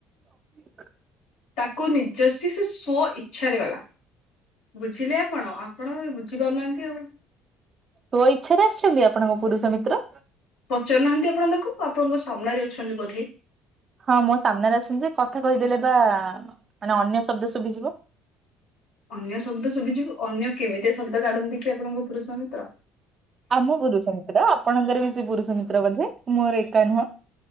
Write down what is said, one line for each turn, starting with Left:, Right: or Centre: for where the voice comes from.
Right: <inaudible>
Left: ତାକ୍ କୁ ନିଜସି ସେ ସ୍ଵଇ ଚ୍ଛାରି ଗଲା। ବୁଝିଲେ ଆପଣ ଆପଣ ବୁଝିପାରୁନାହାନ୍ତି ଆଉ।
Right: ସ୍ଵଇଚ୍ଛାରେ ଆସିଛନ୍ତି ଆପଣଙ୍କ ପୁରୁଷ ମିତ୍ର।
Left: ପଚାରୁନାହାଁନ୍ତି ଆପଣ ତାଙ୍କୁ ଆପଣଙ୍କ ସାମ୍ନାରେ ଅଛନ୍ତି ବୋଧେ।
Right: ହଁ ମୋ ସାମ୍ନାରେ ଅଛନ୍ତି ଯେ କଥା କହିଦେଲେ ପରା ଆ ମାନେ ଅନ୍ୟ ଶବ୍ଦ ଶୁଭିଯିବ।
Left: ଅନ୍ୟ ଶବ୍ଦ ଶୁଭିଯିବ, ଅନ୍ୟ କେମିତି ଶବ୍ଦ କାଢନ୍ତି କି ଆପଣଙ୍କ ପୁରୁଷ ମିତ୍ର।
Right: ଆମ ପୁରୁଷ ମିତ୍ର ଆପଣଙ୍କର ବି ସେ ପୁରୁଷ ମିତ୍ର ବୋଧେ ମୋର ଏ କା ନୁହଁ।